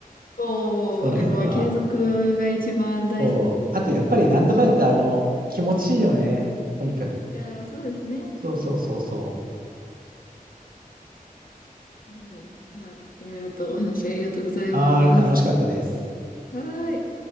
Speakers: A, on the left; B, on the right.
A: おー、
B: その辺は。
A: やっぱ継続が一番大事ですからね。
B: そう。あと、やっぱり、なんだかんだ言って、あの、気持ちいいよね。とにかく。
A: いやー、そうですね。
B: そうそうそうそ
A: うん。いや、いろいろとお話ありがとうございます。
B: う。はーい、楽しかったです。
A: はーい。